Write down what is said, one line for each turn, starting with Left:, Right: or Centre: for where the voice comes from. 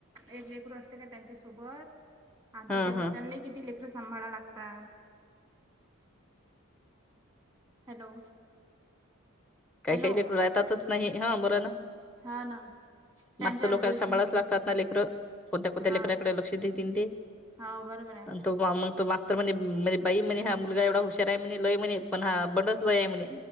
Right: एक लेकरु असते का त्यांच्यासोबत आता
Centre: ह
Right: त्याच्याले
Centre: ह
Right: किती ले. र सांभाळा लागता. हॅलो.
Centre: काही
Right: हॅलो
Centre: काही लेकरु राहतातच नाही हा बरं ना.
Right: हां ना. त्यांच्यावर
Centre: मस्त लोकांला
Right: दोष
Centre: सांभाळाच
Right: देऊन
Centre: लागतात ना लेकरं कोणत्या कोणत्या
Right: हा
Centre: लेकराकडे लक्ष देतीलन ते.
Right: हो बरोबर आहे
Centre: आणि तो मग तो मास्तर. तर म्हणे म्हणजे बाई म्हणे हा मुलगा एवढा हुशार आहेणे लय म्हणे पण हा बंडच लय आहे म्हणे.